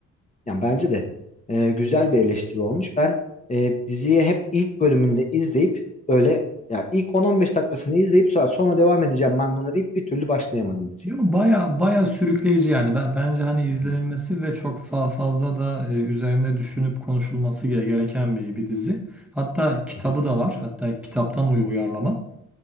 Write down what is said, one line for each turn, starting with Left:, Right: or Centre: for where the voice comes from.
Left: Yani bence de e, güzel bir eleştiri olmuş. Ben e, diziyi hep ilk bölümünde izleyip böyle ya ilk on on beş dakikasını izleyip sonra, sonra devam edeceğim ben buna deyip bir türlü başlayamadım diziye.
Centre: Yo, baya baya sürükleyici yani. Ben, bence hani izlenilmesi
Left: Hı hı.
Centre: ve çok fa- fazla da e, üzerine düşünüp konuşulması ge- gereken bir, bir dizi. Hatta kitabı
Left: <laughs>
Centre: da var. Hatta kitaptan uy- uyarlama.